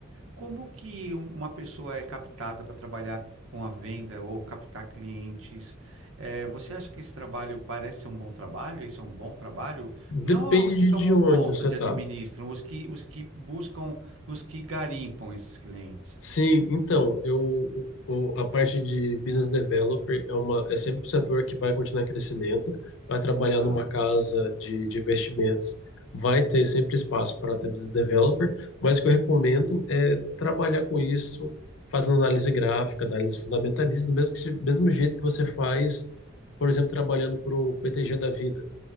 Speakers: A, on the right; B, on the left.
A: como que uma pessoa é captada para trabalhar com a venda ou captar clientes? Eh, você acha que esse trabalho parece ser um bom trabalho? Esse é um bom trabalho?
B: Depende
A: Não os que tomam
B: de onde
A: conta
B: você
A: de
B: está.
A: administram, os que, os que buscam, os que garimpam esses clientes,
B: Sim, então, eu, o- o- a parte de business developer é, uma, é sempre um setor que vai continuar em crescimento, vai trabalhar
A: tá?
B: numa casa de, de investimentos, vai ter sempre espaço para ter business developer, mas o que eu recomendo é trabalhar com isso, fazendo análise gráfica, análise fundamentalista, do mesmo, que, se- mesmo jeito que você faz, por exemplo, trabalhando para o BTG da vida.